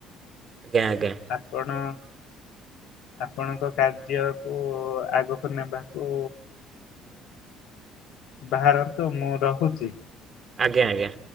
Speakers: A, on the right; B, on the left.
A: ଆଞ୍ଜା ଆଜ୍ଞା!
B: ଆପଣ ଆପଣଙ୍କ କାର୍ଯ୍ୟକୁ ଆଗକୁ ନେବାକୁ ବାହାରନ୍ତୁ ମୁଁ ରହୁଛି!
A: ଆଞ୍ଜା ଆଜ୍ଞା!